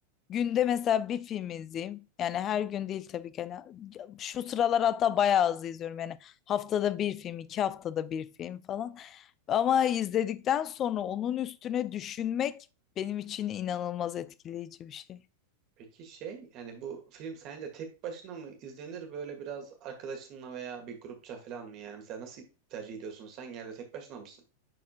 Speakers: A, on the left; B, on the right.
A: günde mesela bir film izleyeyim. Yani her gün değil tabii ki. Hani şu sıralar hatta bayağı az izliyorum. Yani haftada bir film, iki haftada bir film falan. Ama izledikten sonra onun üstüne düşünmek benim için inanılmaz etkileyici bir şey.
B: Peki şey yani bu film sence tek başına mı izlenir böyle biraz arkadaşınla veya bir grupça falan mı yani mesela nasıl tercih ediyorsun sen genelde tek başına mısın?